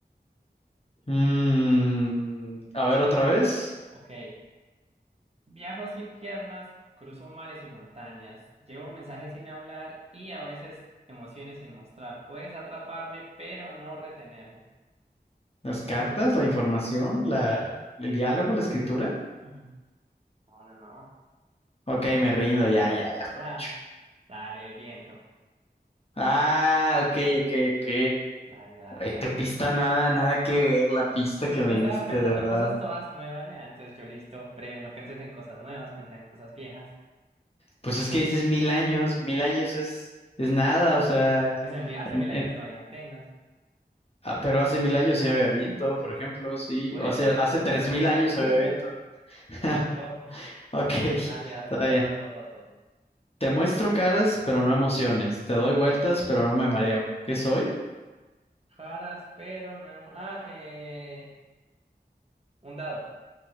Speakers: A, on the left (about 35°); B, on the right (about 35°).
A: Mm, a ver otra vez.
B: Ok. Viajo sin piernas, cruzo mares y montañas, llevo mensajes sin hablar y a veces emociones sin mostrar. Puedes atraparme, pero no retenerme.
A: Las cartas, la información, la, el diálogo, la escritura.
B: Ujú. No, no, no.
A: Ok, me rindo, ya, ya, ya fue
B: Da,
A: mucho.
B: dale, el viento.
A: Ah, ok, ok, ok.
B: Dale, dale,
A: Ay,
B: dale.
A: tu pista nada, nada que ver, la pista que
B: Es
A: me
B: que estabas
A: diste,
B: pensando
A: de verdad.
B: cosas todas nuevas, ¿no? Entonces yo listo, breve, no pienses en cosas nuevas, piensa en cosas viejas.
A: Pues es que dices mil años, mil años es, es nada, o sea,
B: Pues en mi- hace
A: en,
B: mil años
A: en-
B: no había antenas.
A: ah, pero hace mil años sí había viento, por ejemplo, sí.
B: Por
A: O
B: eso
A: sea,
B: eh,
A: hace tres
B: la respuesta
A: mil años
B: era el viento.
A: había viento. <laughs>
B: Por eso.
A: Ok, está
B: Dale, dale, dale,
A: bien.
B: vas vos, vas vos.
A: Te muestro caras, pero no emociones. Te doy vueltas, pero no me mareo. ¿Qué soy?
B: Jaras, pero no. hemos- Ah, eh. Un dado.